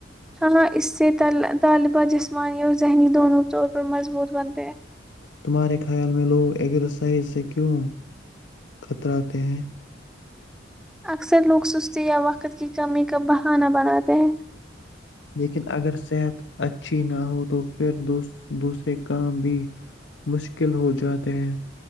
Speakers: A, in the centre; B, on the left.
A: ہاں اس سے طالبہ جسمانی اور ذہنی دونوں کے طور پر مضبوط بن
B: تمہارے خیال میں لوگ ایکزرسائز سے کیوں خطرہ آے ہیں
A: اکثر لوگ سستی یا وقت کی کمی کا بہانا بناتے ہیں
B: لیکن اگر صحت اچھی نہ ہو تو پھر دوسرے کام بھی مشکل ہو جاتے ہیں